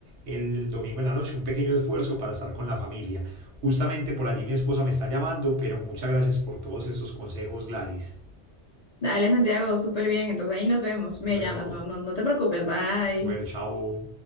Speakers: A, on the right; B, on the left.
A: el domingo en la noche, un pequeño esfuerzo para estar con la familia. Justamente por allí mi esposa me está llamando, pero muchas gracias por todos estos consejos, Gladys.
B: Dale, Santiago, súper bien, entonces ahí nos vemos, me
A: Bueno,
B: llamas, no, no, no te preocupes, bye.
A: bueno, chao.